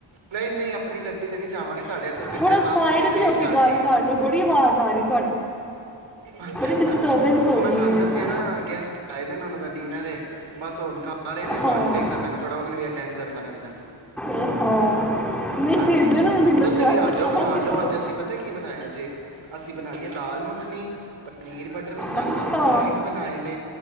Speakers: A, on the right (about 85°); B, in the centre.
A: ਨਹੀਂ ਨਹੀਂ ਆਪਣੀ ਗੱਡੀ ਤੇ ਨਹੀਂ ਜਾਵਾਂਗੇ ਸਾਡੇ ਇੱਥੋਂ ਸਵੇਰੇ
B: ਥੋੜਾ ਸਾਈਡ
A: ਵਜੇ ਟ੍ਰੇਨ
B: ਤੇ ਹੋ
A: ਜਾਂਦੀ
B: ਕੇ ਗੱਲ ਕਰ ਲੋ ਬੜੀ ਆਵਾਜ਼ ਆ ਰਹੀ ਸੀ
A: ਅੱਛਾ
B: ਡਿਸਟਰਬੈਂਸ
A: ਅੱਛਾ
B: ਹੋ
A: ਉਹ ਮੈਂ
B: ਰਹੀ
A: ਤੁਹਾਨੂੰ
B: ਹੈ
A: ਦੱਸਿਆ ਨਾ ਗੈਸਟ ਆਦੇ ਦਾ ਡਿਨਰ ਬਸ ਹੁਣ ਸਾਰੇ ਨੇ
B: ਹਾਂ
A: ਤੁਹਾਨੂੰੇਖਣਾ ਪੈਂਦਾ ਥੋੜਾ ਉਹਨਾਂ ਵੀ ਅੈਂਡ ਜਨ ਰਦਾ
B: ਇਹ ਹਾਂ ਨਹੀਂ
A: ਹਾਂਜੀ
B: ਭੇਜੋ ਇਹਨਾਂ ਨੂੰ ਡਿਨਰ
A: ਤੁਸੀਂ
B: ਕਰਾ
A: ਵੀ ਆ
B: ਕੇ
A: ਜਾਓ
B: ਸੋਵਾਂਗੇ
A: ਖਾ ਲੋਓ
B: ਕਦੋਂ
A: ਅੱਜ ਅਸੀਂ ਪਤਾ ਕੀ ਬਣਾਇਆ ਜੇ ਅਸੀਂ ਬਣਾਈਏ ਦਾਲ ਮੱਖਣੀ ਪਨੀਰ ਟਰ ਮਸਾਲਾ
B: ਅੱਛਾ
A: ਰਾਈਸ ਬਣਾਏ ਨੇ